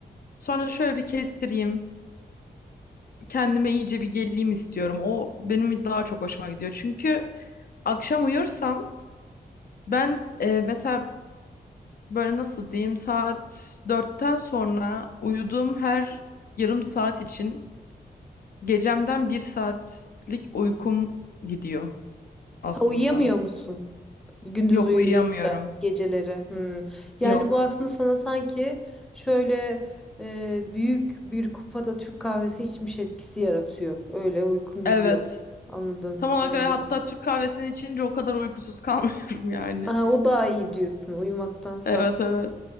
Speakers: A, on the left (about 60°); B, in the centre.
A: Sonra şöyle bir kestireyim. kendime iyice bir geleyim istiyorum. O benim daha çok hoşuma gidiyor. Çünkü akşam uyursam ben e, mesela böyle nasıl diyeyim saat dörtten sonra uyuduğum her yarım saat için gecemden bir saatlik uykum gidiyor aslında.
B: Ha, uyuyamıyor musun? Gündüz
A: Yok
B: uyuyunca
A: uyuyamıyorum.
B: geceleri. Hı. Yani
A: Yok.
B: bu aslında sana sanki şöyle e, büyük bir kupada Türk kahvesi içmiş etkisi yaratıyor. Öyle uykun
A: Evet.
B: gidiyor. Anladım,
A: Tam olarak
B: anladım.
A: öyle. Hatta Türk kahvesini içince o kadar uykusuz <laughs> kalmıyorum yani.
B: Aa, o daha iyi diyorsun uyumaktansa.
A: Evet evet.